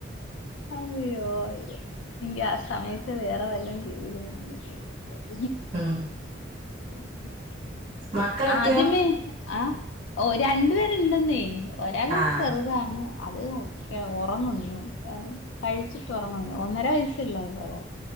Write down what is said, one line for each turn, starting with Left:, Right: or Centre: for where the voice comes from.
Left: അയ്യോ എങ്കി ആ സമയത്ത് വേറെ വല്ലോം ചെയ്തിരുന്നെങ്കിലെ
Right: ഉം
Left: ഉം <inaudible>
Right: മക്കളൊക്കെയോ
Left: ആദ്യമേ ആ ഓ രണ്ടു പേരുണ്ടെന്നേ ഒരാള്
Right: ആഹ്
Left: ചെറുതാണ്. അത് കെ ഒറങ്ങുന്നു കഴിച്ചിട്ട് ഉറങ്ങുന്നു ഒന്നര വയസ്സെള്ളു ഒരാ